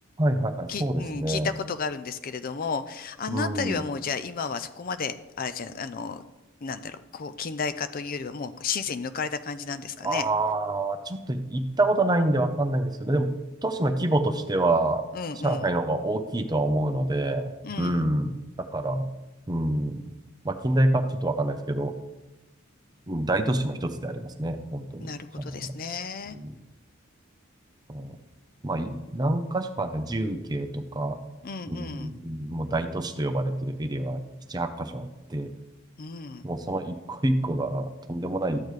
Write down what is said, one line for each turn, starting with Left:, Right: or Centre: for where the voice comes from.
Right: いはいはい、
Left: き、
Right: そうですね。
Left: うん、聞いたことがあるんですけれども、あのあたりはもうじゃあ今はそこまで、
Right: うん。
Left: あれじゃ、あの、なんだろう、こう、近代化というよりはもう深セに抜かれた感じなんですかね。
Right: ああ、ちょっと行ったことないんでわかんないんですけど、でも都市の規模としては、
Left: うんうん。
Right: 上海の方が大きいとは思うので、
Left: うん。
Right: うん。だから、うん。まあ、近代化ちょっとわかんないですけど、うん、大都市の一つでありますね。本当に、
Left: なるほどですね。
Right: 上海は。うん。うんまあ、い何か所かあるんですね重慶とか、
Left: うんうん。
Right: うん、もう大都市と呼ばれてるエリアが7、8箇所あって、
Left: うん。
Right: もうその一個一個がとんでもない